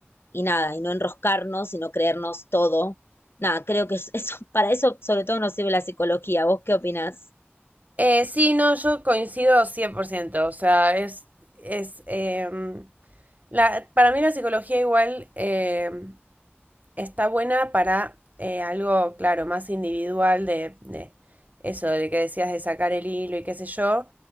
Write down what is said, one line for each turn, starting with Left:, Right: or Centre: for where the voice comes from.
Left: y nada, y no enroscarnos y no creernos todo. Nada, creo que <laughs> eso, para eso sobre todo nos sirve la psicología. ¿Vos qué opinás?
Right: Eh, sí, no, yo coincido cien por ciento o sea, es, es em, la, para mí la psicología igual em, está buena para eh, algo, claro, más individual de, de eso, de que decías de sacar el hilo y qué sé yo,